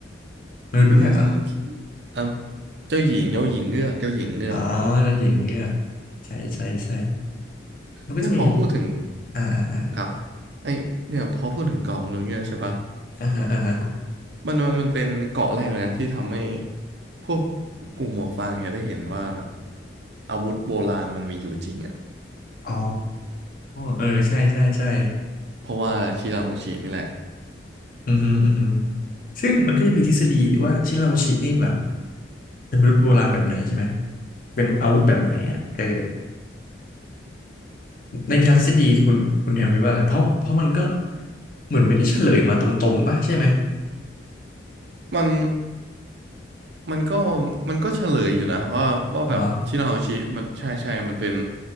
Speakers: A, on the left (about 45°); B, on the right (about 60°).
A: มนุษย์เงือกเหรอ
B: เป็นเอ่ะเจ้าหญิงเจ้าหญิงเงือกเจ้าหญิงเงือก
A: อ๋อแล้วหญิงเงือกใช่ใช่ใช่มันก็จะมี
B: ไอยพอพูดถึง
A: อ่าอ่าอ่า
B: ครับไอเนี่ยพอพูดถึงเกาะมนุษย์เงือกใช่ปะ
A: อ่าฮะอ่าฮะ
B: มันมันมันเป็นเกาะแรกเลยนะที่ทำให้พวกกลุ่มหมวกฟางเนี่ยได้เห็นว่าอาวุธโบราณมันมีอยู่จริงอะ
A: อ๋อเออใช่ใช่ใช่
B: เพราะว่าคีราโฮชินี่แหละ
A: อือฮึอือฮึซึ่งมันก็จะมีทฤษฎีว่าชิราโฮชินี่แบบเป็นมนุษย์โบราณแบบไหนใช่ไหมเป็นอาวุธแบบไหนอ่ะเออ ในทางทฤษฎีคุณคุณแฮมคิดว่าอะไรเพราะเพราะมันก็เหมือนไม่ได้เฉลยมาตรงๆป่ะใช่ไหม
B: มันมันก็มันก็เฉลยอยู่นะว่าว่าแบบชีราโฮชิมันใช่ใช่มันเป็น
A: เหรอ